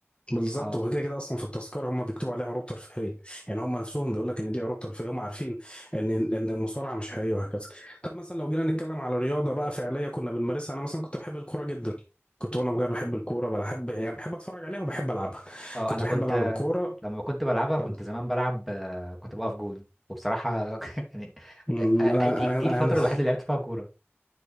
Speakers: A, on the left (about 25°); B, in the centre.
A: بالظبط
B: اه
A: وهو كده كده اصلا في التذكره هم بيكتبوا عليها عروض ترفيهيه يعني هم نفسهم بيقول لك ان دي عروض ترفيهيه هم عارفين ان ان المصارعه مش حقيقيه وهكذا طب مثلا لو جينا نتكلم على رياضه بقى فعليه كنا بنمارسها انا مثلا كنت بحب الكوره جدا كنت وانا صغير بحب الكوره بحب يعني بحب اتفرج عليها وبحب العبها
B: اه
A: كنت
B: أنا
A: بحب
B: كنت
A: العب الكوره
B: لما كنت بلعبها كنت
A: اتفضل
B: زمان بلعب آه، كنت بقف جون وبصراحة <laughs> يعني
A: أمم،
B: آه،
A: انا
B: آه، دي
A: انا
B: دي الفترة
A: انا
B: الوحيدة اللي لعبت فيها كورة